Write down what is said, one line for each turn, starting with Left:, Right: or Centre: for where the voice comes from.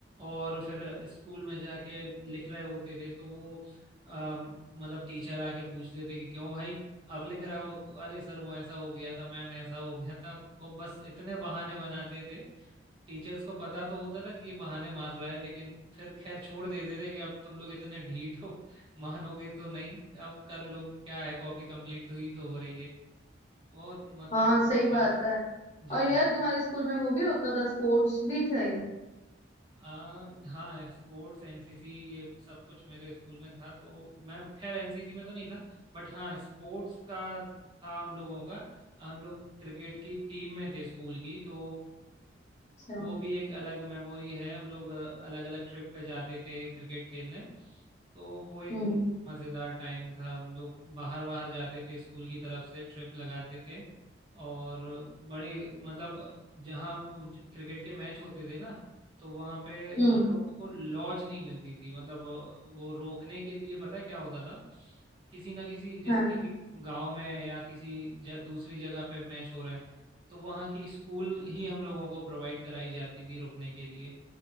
Right: और फिर स्कूल में जाके लिख रहे होते थे तो वो अम, मतलब टीचर आके पूछते थे कि क्यों भाई अब लिख रहा हो तो अरे सर वो ऐसा हो गया था मैम ऐसा हो गया था और बस इतने बहाने बनाते थे टीचर्स को पता तो होता था कि ये बहाने मार रहा है लेकिन फिर खैर छोड़ देते थे कि अब तुम लोग इतने ढीठ हो मानोगे तो नहीं अब कर लो क्या है कॉपी कंप्लीट हुई तो हो रही है बहुत मतलब
Left: हाँ सही बात
Right: यार
Left: है
Right: जी
Left: और यार
Right: जी
Left: तुम्हारे स्कूल में वो भी होता था स्पोर्ट्स भी थे
Right: आ, हाँ स्पोर्ट्स एनसीसी ये सब कुछ मेरे स्कूल में था तो मैं खैर एनसीसी में तो नहीं था बट हाँ स्पोर्ट्स का था हम लोगों का हम लोग क्रिकेट की टीम में थे स्कूल की तो
Left: अच्छा
Right: वो भी एक अलग मेमोरी है हम लोग अलग अलग ट्रिप पे जाते थे क्रिकेट खेलने तो वो एक
Left: हम्म
Right: मज़ेदार टाइम था हम लोग बाहर बाहर जाते थे स्कूल की तरफ से ट्रिप लगाते थे और बड़े मतलब जहाँ क्रिकेट के मैच होते थे ना तो वहाँ पे
Left: हम्म
Right: हम लोगों को लॉज नहीं मिलती थी मतलब वो रोकने के लिए पता है क्या होता था किसी ना किसी जैसे
Left: हाँ
Right: किसी गांव में या किसी ज, दूसरी जगह पे मैच हो रहे हैं तो वहाँ की स्कूल ही हम लोगों को प्रोवाइड कराई जाती थी रुकने के लिए